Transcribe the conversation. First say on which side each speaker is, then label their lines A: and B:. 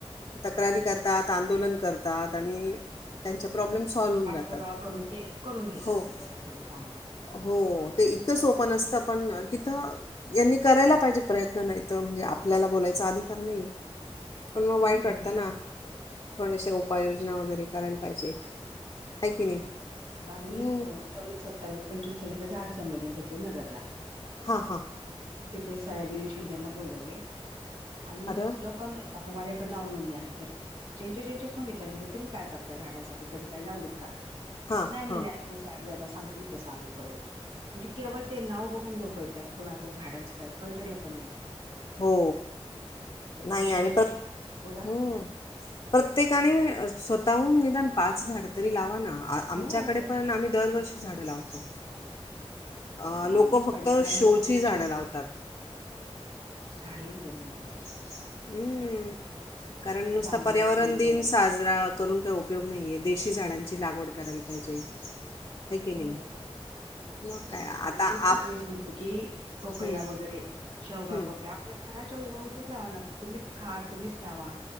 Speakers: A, on the left; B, on the right.
A: तक्रारी करतात आंदोलन करतात आणि त्यांच्या
B: हो
A: प्रॉब्लेम सॉल्व्ह होऊन
B: पाठपुरावा
A: जातात
B: करून ते करून घेतात
A: हो
B: ते त्यांच्याकडून काम
A: हो ते इतकं सोपन असतं पण तिथं. यांनी करायला पाहिजे प्रयत्न नाही तर म्हणजे आपल्याला बोलायचा अधिकार नाहीय. पण मग वाईट
B: हम्म
A: वाटतं ना थोडेसे उपाययोजना वगैरे करायला पाहिजे आहे की नाही?
B: हो आता आम्ही
A: हं,
B: सव्वीस सत्तावीस पंचवीस सव्वीस ला ाड संमलन घेतो नगरला
A: हा हा.
B: तिथे सयाजी शिंदेना बोलवले आणि
A: अरे वाह!
B: लक आता माझ्याकडे नाव नोंदणी आहे तर ज्यांच्या ज्यांच्या फोन येतात म्हणज तुम्ही काय करता झाडांसाठी कधी काही लावलीत का
A: हां,
B: नाही
A: हां.
B: म्हणता. सांगतील तं आम्ही करू. म्हणजे केवळ ते नाव बघून लोकं येतात कोणाच झाडांचं काही पडलेलं पण नाहीये.
A: हो
B: तर
A: नाही
B: गुरुजी
A: आणि
B: म्हणले
A: पर
B: अशी गोडा
A: हम्म. प्रत्येकाने स्वतःहून निदान पाच झाड तरी लावाना आमच्याकडे
B: हो हो
A: पण आम्ही दरवर्षी झाडं लावतो. अ
B: लावलीच
A: लोक फक्त
B: पाहिजेत कारण
A: शोची
B: मग पुढचे
A: जाणं लावतात.
B: काही उपयोग नाही त्याचा
A: हम्म कारण नुसता
B: जांभूळ
A: पर्यावरण
B: चिंच
A: दिन साजरा करून काही उपयोग नाहीे देशी झाडांची लागवड करायला पाहिजे. हे की नाही
B: बरोबर
A: मग काय?
B: आणि
A: आता
B: हे पण
A: आप
B: आम्ही सांगतो की पपया
A: हं,
B: वगैरे शेवगा
A: हं.
B: पपया आपल्या घराच्या बहुतेच लावा ना तुम्हीच खा तुम्हीच लावा.